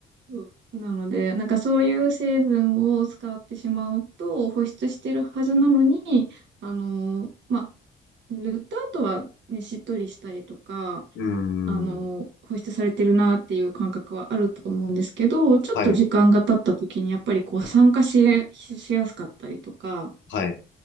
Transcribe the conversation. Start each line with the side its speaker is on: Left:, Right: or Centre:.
Right: そうなので、なんかそういう成分を使ってしまうと、保湿してるはずなのに、あの、まあ、塗った後はね、しっとりしたりとか、
Left: うーん。
Right: あの、保湿されてるなっていう感覚はあると思うんですけど、ちょっと時間が経った時にやっぱりこう酸化し、
Left: はい。
Right: しやすかったりとか、
Left: はい。